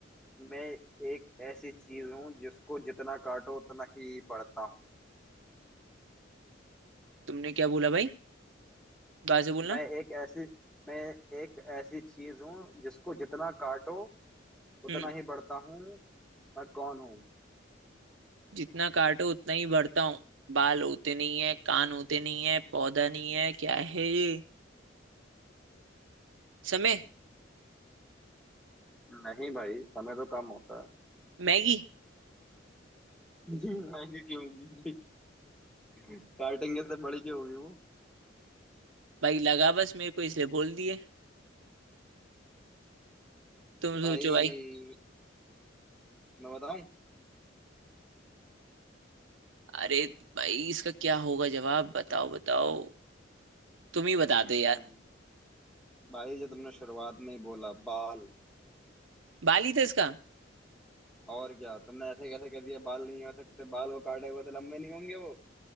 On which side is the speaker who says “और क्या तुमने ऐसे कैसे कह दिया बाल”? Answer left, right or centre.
Centre